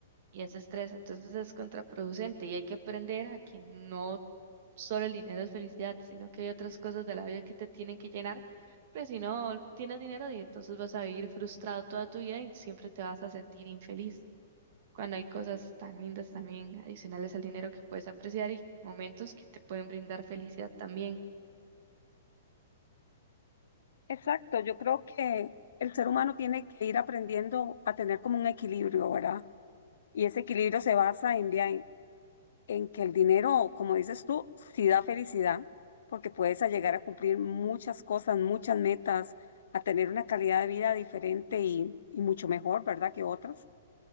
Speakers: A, on the right; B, on the left.
A: y ese estrés. Entonces es contraproducente y hay que aprender a que no solo el dinero es felicidad, sino que hay otras cosas de la vida que te tienen que llenar, pero si no tienes dinero y entonces vas a vivir frustrado toda tu vida y siempre te vas a sentir infeliz. Cuando hay cosas tan lindas también adicionales al dinero que puedes apreciar y momentos que te pueden brindar felicidad también.
B: Exacto, yo creo que el ser humano tiene que ir aprendiendo a tener como un equilibrio, ¿verdad? Y ese equilibrio se basa en, vea, en que el dinero, como dices tú, sí da felicidad, porque puedes a llegar a cumplir muchas cosas, muchas metas, a tener una calidad de vida diferente y, y mucho mejor, ¿verdad? Que otras.